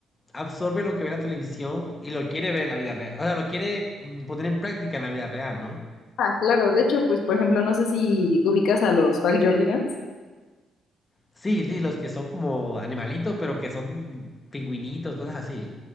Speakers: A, on the left; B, on the left.
A: absorbe lo que ve en la televisión y lo quiere ver en la vida real. O sea, lo quiere mm, poner en práctica en la vida real, ¿no?
B: Ah, claro, de hecho, pues por ejemplo, no sé si ubicas a los Jordigans.
A: Sí, sí, los que son como animalitos, pero que son pingüinitos, cosas así.